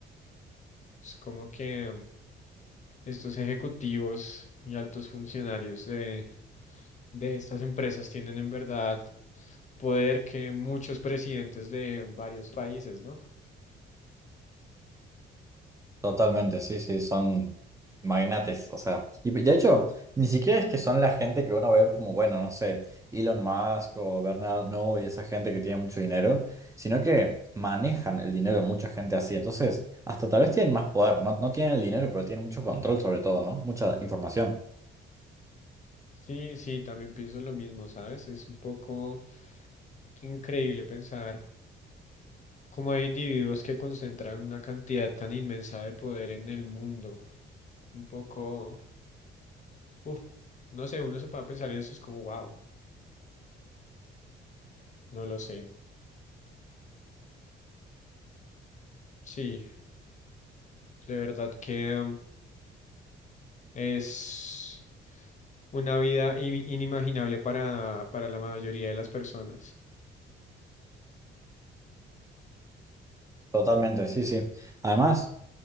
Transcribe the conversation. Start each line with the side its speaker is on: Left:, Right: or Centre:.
Left: Es como que estos ejecutivos y altos funcionarios de, de estas empresas tienen en verdad poder que muchos presidentes de varios países, ¿no?
Right: Totalmente, sí, sí, son magnates, o sea, y de hecho, ni siquiera es que son la gente que uno ve como, bueno, no sé, Elon Musk o Bernard Arnault y esa gente que tiene mucho dinero, sino que manejan el dinero de mucha gente así, entonces, hasta tal vez tienen más poder, no, no tienen el dinero, pero tienen mucho control sobre todo, ¿no? Mucha información.
Left: Sí, sí, también pienso lo mismo, ¿sabes? Es un poco increíble pensar cómo hay individuos que concentran una cantidad tan inmensa de poder en el mundo. Un poco, uff no sé, uno se puede pensar en eso, es como, wow, no lo sé. Sí, de verdad que... Es una vida in- inimaginable para, para la mayoría de las personas.
Right: Totalmente, sí, sí. Además,